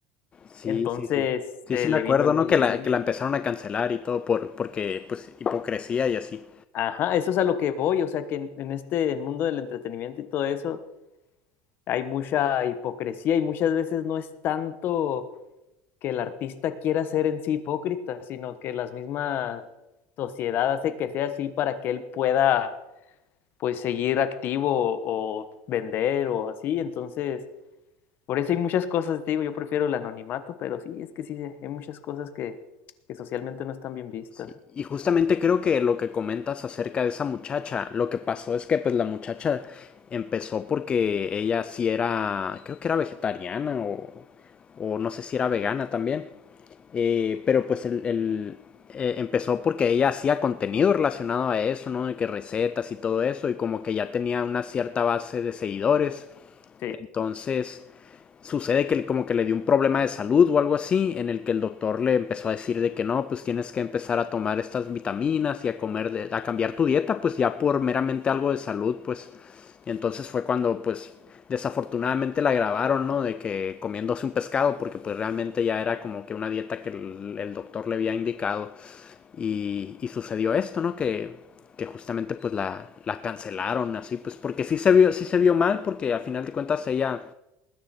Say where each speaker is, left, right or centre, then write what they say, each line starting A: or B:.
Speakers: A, on the left; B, on the left.
A: Sí,
B: Entonces
A: sí, sí. Sí,
B: se
A: sí me
B: le
A: acuerdo,
B: vino el mundo
A: ¿no? Que la,
B: encima.
A: que la empezaron a cancelar y todo por, porque, pues, hipocresía y así.
B: Ajá, eso es a lo que voy, o sea que en, en este el mundo del entretenimiento y todo eso hay mucha hipocresía y muchas veces no es tanto que el artista quiera ser en sí hipócrita, sino que la misma sociedad hace que sea así para que él pueda pues seguir activo o vender o así. Entonces, por eso hay muchas cosas, te digo, yo prefiero el anonimato, pero sí, es que sí, hay muchas cosas que, que socialmente no están bien vistas.
A: Sí. Y justamente creo que lo que comentas acerca de esa muchacha, lo que pasó es que, pues, la muchacha empezó porque ella sí era, creo que era vegetariana o, o no sé si era vegana también. Eh, pero, pues, el, el, eh, empezó porque ella hacía contenido relacionado a eso, ¿no? De que recetas y todo eso, y como que ya tenía una cierta base de seguidores.
B: Sí,
A: Entonces sucede que como que le dio un problema de salud o algo así, en el que el doctor le empezó a decir de que no, pues tienes que empezar a tomar estas vitaminas y a comer, de- a cambiar tu dieta, pues ya por meramente algo de salud, pues. Y entonces fue cuando, pues, desafortunadamente la grabaron, ¿no? De que comiéndose un pescado, porque pues realmente ya era como que una dieta que el, el doctor le había indicado. Y, y sucedió esto, ¿no? Que, que justamente pues la, la cancelaron así, pues porque sí se vio, sí se vio mal, porque al final de cuentas ella